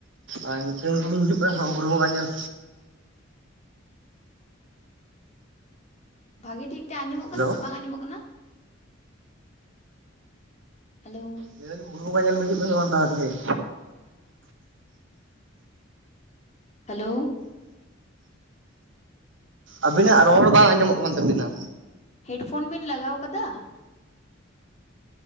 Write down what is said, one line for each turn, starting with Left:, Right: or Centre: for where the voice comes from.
Right: ᱟᱨ ᱱᱤᱛ ᱵᱤᱱ ᱦᱤᱡᱩᱜ ᱠᱟᱱᱟ ᱵᱩᱨᱩ ᱵᱚᱸᱜᱟ ᱧᱮᱞ᱾
Left: ᱵᱷᱟᱜᱤ ᱴᱷᱤᱠ ᱛᱮ ᱟᱸᱡᱚᱢᱚᱜ ᱠᱟᱱᱟ
Right: ᱦᱮᱞᱳ
Left: ᱥᱮ ᱵᱟᱝ ᱟᱸᱡᱚᱢᱚᱜ ᱠᱟᱱᱟ᱾ ᱦᱮᱞᱳ
Right: ᱞᱟᱹᱭ ᱫᱟᱞᱤᱧ ᱵᱩᱨᱩ ᱵᱟᱸᱜᱟ ᱧᱮᱞ ᱵᱤᱱ ᱛᱟ ᱛᱮᱦᱮᱧ᱾
Left: ᱦᱮᱞᱳ
Right: ᱟᱵᱤᱱᱟᱜ ᱨᱚᱲ ᱵᱟᱝ ᱟᱸᱡᱚᱢᱚᱜ ᱠᱟᱱ ᱛᱟᱵᱤᱱᱟ᱾
Left: ᱦᱮᱰ ᱯᱷᱳᱱ ᱵᱮᱱ ᱞᱟᱜᱟᱣ ᱠᱟᱫᱟ᱾